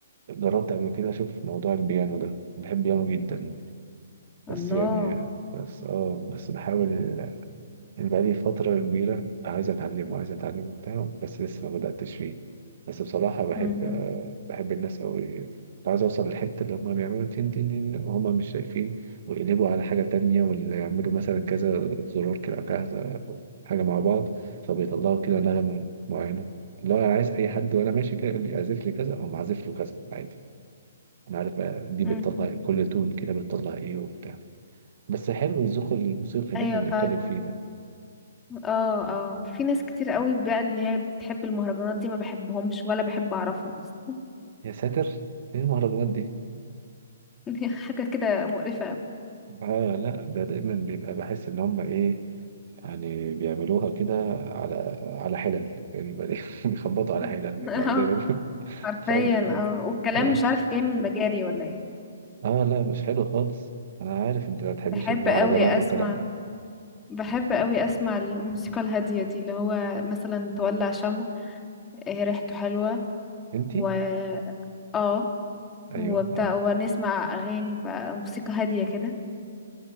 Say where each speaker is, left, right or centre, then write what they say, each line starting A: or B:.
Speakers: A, on the right; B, on the left.
A: جربت قبل كده اشوف موضوع البيانو ده بحب بيانو جدا بس
B: الله
A: يعني بس اه بس بحاول بقالي فترة كبيرة عايز أتعلم وعايز أتعلم وبتاع بس لسه ما بدأتش فيه بس بصراحة بحب
B: امم
A: آه، بحب الناس أوي عايز أوصل للحتة اللي هما بيعملوا تين تين تين وهما مش شايفين ويقلبوا على حاجة تانية واللي يعملوا مثلا كذا زرار كده أو كذا حاجة مع بعض فبيطلعوا كده نغمة معينة اللي هو أنا عايز أي حد وأنا ماشي كده يقول لي أعزف لي كذا أو معزف له كذا عادي أنا عارف بقى دي بتطلع
B: امم
A: إيه، كل تون كده بتطلع إيه وبتاع بس حلو الذوق الموسيقي اللي
B: ايوه
A: إحنا بنتكلم
B: فعلا
A: فيه ده
B: اه اه في ناس كتير قوي بقى اللي هي بتحب المهرجانات دي ما بحبهمش ولا بحب اعرفهم اصلا
A: يا ساتر ايه المهرجانات دي
B: <laughs> حاجه كده مقرفه قوي
A: آه لا ده دايما بيبقى بحس ان هم ايه يعني بيعملوها كده على على حلل يعني بل- <laughs> بيخبطوا على حلل
B: <laughs>
A: بتاع
B: اه
A: زي ما بيقولوا
B: حرفيا
A: ف...
B: اه والكلام
A: آه.
B: مش عارف جاي من مجاري ولا ايه
A: اه لا مش حلو خالص انا عارف انت ما بتحبيش
B: بحب
A: المهرجانات
B: قوي
A: والكلام
B: اسمع
A: ده
B: بحب قوي اسمع الموسيقى الهادية دي اللي هو مثلا تولع شمع آه، ريحته حلوة
A: انتي
B: و اه
A: ايوه
B: وبتاع
A: آه.
B: ونسمع اغاني بقى موسيقى هادية كده